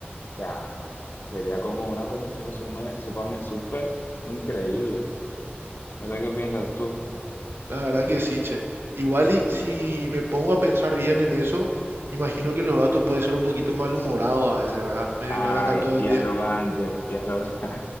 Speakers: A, on the left (about 55°); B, on the right (about 65°).
A: sea, sería como una conexión sume- supame- súper increíble. No sé qué piensas tú.
B: La verdad que sí, che. Igual y si me pongo a pensar bien en eso, imagino que los gatos pueden ser un poquito malhumorados a veces, ¿verdad? Medio
A: Ay,
B: que van a estar todo el
A: y
B: día.
A: arrogante, y arrogante.